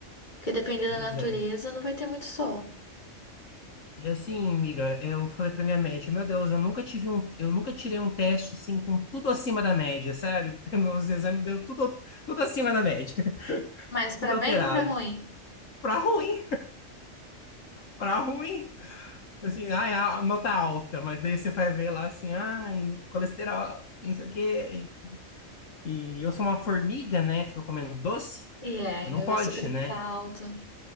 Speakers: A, on the left (about 35°); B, on the left (about 65°).
A: porque dependendo
B: pois
A: da natureza
B: é.
A: não vai ter muito sol.
B: E assim, amiga, eu falei pra minha médica, meu Deus, eu nunca tive um, eu nunca tirei um teste, assim, com tudo acima da média, sabe? <laughs> Meus exames deu tudo, tudo acima da média <laughs>
A: Mas pra
B: tudo
A: bem
B: alterado.
A: ou pra ruim?
B: pra ruim, pra ruim. Assim, ai, a nota alta, mas daí você vai ver lá assim, ai, colesterol, não sei o quê. E eu sou uma formiga, né? Fico comendo doce
A: E é,
B: e não pode,
A: o açúcar
B: né?
A: tá alto,